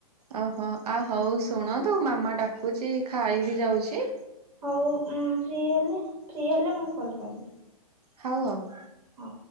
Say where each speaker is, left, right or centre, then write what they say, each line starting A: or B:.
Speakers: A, on the right; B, on the right.
A: ଓହୋ ଆ ହଉ ଶୁଣନ୍ତୁ ମାମା ଡାକୁଚି ଖାଇ ବିି ଯାଉଚି।
B: ହଉ ଫ୍ରି ହେଲେ ଫ୍ରି ହେଲେ ମୁଁ କଲ୍ କରିବି।
A: ହଉ ହଉ।
B: ହଉ।